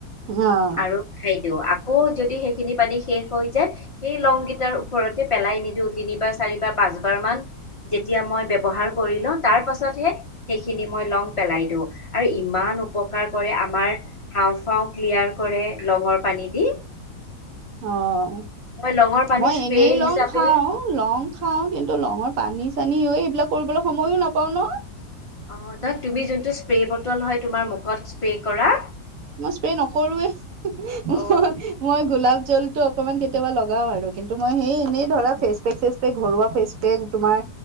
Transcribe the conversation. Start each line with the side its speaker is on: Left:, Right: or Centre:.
Right: অ
Left: আৰু খাই দিও। আকৌ যদি সেইখিনি পানী শেষ হৈ যায় সেই লংকেইটাৰ ওপৰতে পেলাই নিদিও তিনিবাৰ চাৰিবাৰ পাঁচবাৰ মান যেতিয়া মই ব্যৱহাৰ কৰি লওঁ তাৰ পাছতহে সেইখিনি মই লং পেলাই দিওঁ, আৰু ইমান উপকাৰ কৰে আমাৰ হাওঁফাও ক্লিয়াৰ কৰে লঙৰ পানী দি।
Right: অঁ
Left: মই লঙৰ পানী
Right: মই
Left: স্প্ৰে
Right: এনেই লওঁ
Left: হিচাপে
Right: খাওঁ। লং খাও কিন্তু লঙৰ পানী চানী এইবিলাক কৰিবলৈ সময়ো নাপাও ন।
Left: অঁ নহয় তুমি যোনটো স্প্ৰে বটল হয় তোমাৰ মুখত স্প্ৰে কৰা
Right: মই স্প্ৰে নকৰোৱে মই
Left: অ
Right: মই গোলাপ জলটো অকমান কেতিয়াবা লগাও আৰু কিন্তু মই সেই এনেই ধৰা ফেচপেক চেচপেক ঘৰুৱা ফেচ পেক তোমাৰ